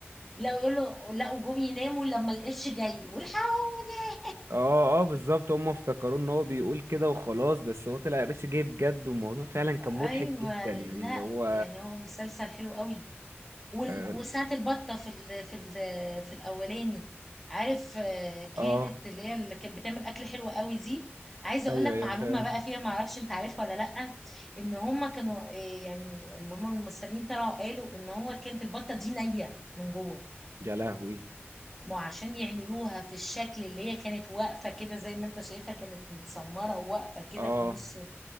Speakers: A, in the centre; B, on the right (about 80°).
A: لا يقولوا لا وجم يناموا لما القرش جاي والحقوني
B: اه اه بالظبط هما افتكروا ان هو بيقول كده وخلاص بس هو طلع قرش جاي بجد والموضوع فعلا كان مضحك
A: ايوه
B: جدا يعني
A: لا
B: اللي هو
A: يعني هو مسلسل حلو قوي وال-
B: آه،
A: وساعة البطة في ال في ال في الأولاني عارف آه،
B: اه
A: كانت اللي هي اللي كانت بتعمل أكل حلو قوي دي عايزة
B: ايوه
A: أقول لك
B: ايوه
A: معلومة
B: فاهم
A: بقى فيها معرفش أنت عارفها ولا لأ إن هما كانوا آه، يعني اللي هما الممثلين طلعوا قالوا إن هو كانت البطة دي نية من جوه
B: يا لهوي
A: ما هو عشان يعملوها في الشكل اللي هي كانت واقفة كده زي ما أنت شايفها كانت متسمرة واقفة كده
B: اه
A: في نص